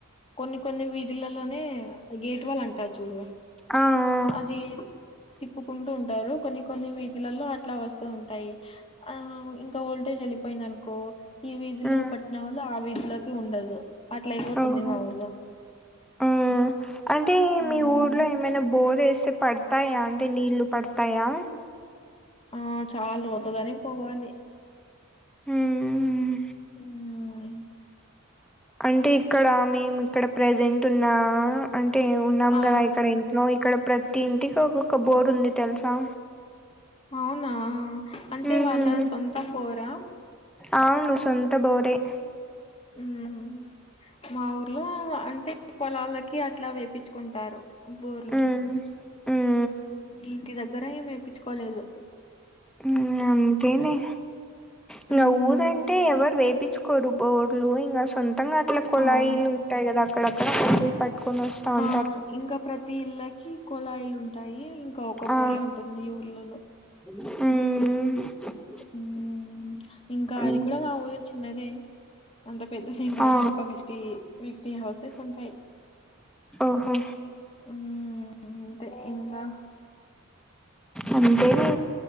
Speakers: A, on the left; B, in the centre.
A: కొన్ని కొన్ని వీధిలలోనే గేట్ వాళ్ళంటరు చూడు
B: ఆ
A: అదీ తిప్పుకుంటూ ఉంటారు కొన్ని కో కొన్ని కొన్ని వీధులలో అట్లా వస్తూ ఉంటాయి ఆ ఇంకా ఓల్టేజ్ ఎళ్ళిపేయింది అనుకో ఈ వీధిలో
B: ఆ మ్మ్
A: పట్న వాళ్ళు ఆ వీధిలోకి ఉండదు అట్లైపోతుంది
B: ఓహో
A: మా ఊర్లో
B: మ్మ్ అంటే
A: ఉమ్
B: మీ ఊర్లో ఏమైనా బోరేస్తే పడ్తాయాంటే నీళ్లు పడ్తాయా
A: ఆ చాల్ లోతుగానే పోవాలి
B: హ్మ్
A: హ్మ్.
B: అంటే ఇక్కడ మేము ఇక్కడ ప్రజెంట్ ఉన్నా అంటే ఉన్నాం
A: ఆ
B: గదా ఇక్కడ ట్లో ఇక్కడ ప్రతి ఇంటికి ఒక్కొక్క బోర్ ఉంది తెల్సా
A: అవునా అంటే
B: మ్మ్
A: వాళ్ళ సొంతం బోరా
B: అవును సొంత బోరే
A: ఉమ్మ్ మా ఊర్లో అంటే పొలాలకి అట్లా వేపిచ్చుకుంటారు బోర్లు
B: ఉమ్ ఉమ్
A: ఇంటి దగ్గర ఏమేప్పించుకోలేదు
B: ఉమ్ అంతేలే ఇంగ
A: హ్మ్.
B: ఊరంటే ఎవరు వేపి చుకోరు బోర్లు ఇంగ సొంతంగా అట్ల కుళాయిలుంటాయి
A: అవును
B: కదా అక్కడక్కడ నువ్వు వస్తా అంట
A: ఆ ఇంకా ప్రతీ ఇళ్ళకి కొళాయిలుంటాయి ఇంకా ఒక బోరే
B: ఆ
A: ఉంటుంది ఈ ఊర్లలో
B: <unintelligible>
A: ఊ ఇంకా
B: ఉమ్
A: అది కూడా మా ఊరు వచ్చింది అదే అంత పెద్దద్దెమ్ కాదు
B: ఆ
A: ఒక ఫిఫ్టీ ఫిఫ్టీ హౌసెస్ ఉంటాయి
B: ఓహో
A: ఉమ్మ్ <unintelligible> ఇంతే ఇంగా
B: అంతేలే